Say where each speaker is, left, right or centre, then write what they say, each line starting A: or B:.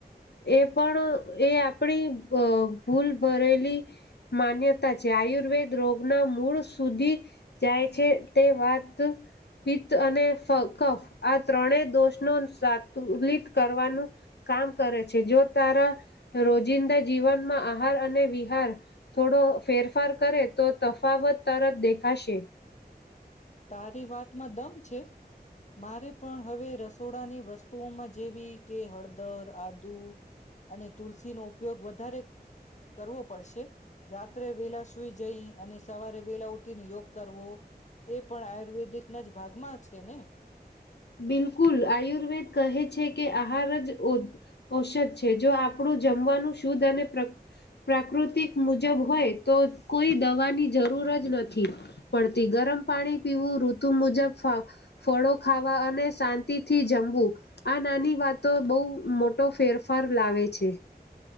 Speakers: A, on the left; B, on the left.
A: એ પણ, એ આપણી અ ભૂલ ભરેલી માન્યતા છે, આયુર્વેદ રોગના મૂળ સુધી જાય છે તે વાત, પિત્ત, અને કફ આ ત્રણે દોષ ને સાતુલિત કરવાનું કામ કરે છે, જો તારા રોજિંદા જીવનમાં આહાર અને વિહાર થોડો ફેરફાર કરે તો તફાવત તરત દેખાશે
B: તારી વાતમાં દમ મારે પણ હવે રસોડાની વસ્તુઓમાં જેવી કે હળદર આદુ અને તુલસી નો ઉપયોગ વધ વધ કરવો પડશે રાત્રે વેલા સુઈ જઈ અને સવારે વેલા ઉઠીને યોગ કરવો એ પણ આયુર્વેદિકના જ ભાગમાં છે ને.
A: બિલકુલ આયુર્વેદ કહે છે કે આહાર જ ઔષધ છ છે જો આપણું જમવાનું શુદ્ધ અને પ્રાકૃતિક મુજબ હોય તો કોઈ દવાની જરૂર જ નથી પડતી ગરમ પાણી પીવું ઋતુ મુજબ ફળો ખાવા અને શાંતિથી જમવું આ નાની વાતો બહુ મોટો ફેરફાર લાવે છે.